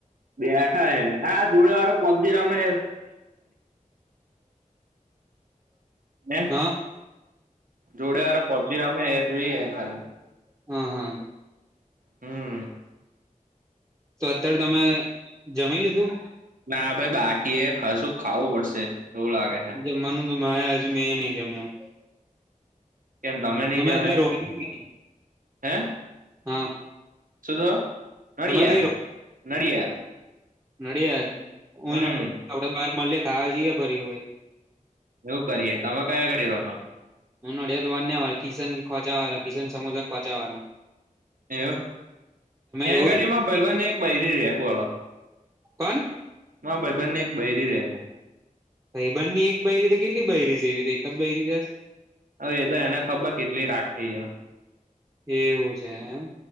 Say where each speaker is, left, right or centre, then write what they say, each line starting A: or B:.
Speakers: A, on the right; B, on the right.
A: બેઠા હે, હા જોડે વારો પબદી રમે <unintelligible>
B: હા
A: <inaudible> જોડે હારો પબજીી રમે એ જોઈ હ ખાલી.
B: હમ્મ, હમ્મ.
A: હમ્મ.
B: તો અત્યારે તમે જમી લીધું?
A: ના ભાઈ બાકી એ, કશું ખાવું પડશે એવું લાગે. હે
B: જમવાનું તો માયા અજ મેં ની જમ્યો.
A: કેમ તમે ની જમ્યા,
B: અત્યારે રોહિણી
A: હે?
B: હા
A: સુકો, નડિયાદ,
B: તમે કઈ રહો?
A: નડિયાદ.
B: નડિયાદ હુંય
A: હમ
B: આપડે બાર મળીએ ખાવા જઈએ ફરી એ હોય.
A: એવું કરીએ તમે કયા ઘડી રખો?
B: હું નડિયાદ વાન ને કિસન ખોચાવા કિસન સમુદા ખોચવાળ.
A: એવ, ત્યાં
B: જોયું
A: એગાડીમાં ભઈબંધ ની બૈરી રે બોલો.
B: કોણ?
A: માર ભાઈબન ની એક બહેરી રહે.
B: ભઈબંધ ની એક બૈરી તે કેટલી બૈરી છે એવી રીતે એક જ બાઈ રીતે?
A: હવે એ તો એને ખબર કેટલી રાખ થઈ એ.
B: એવું છે એમ.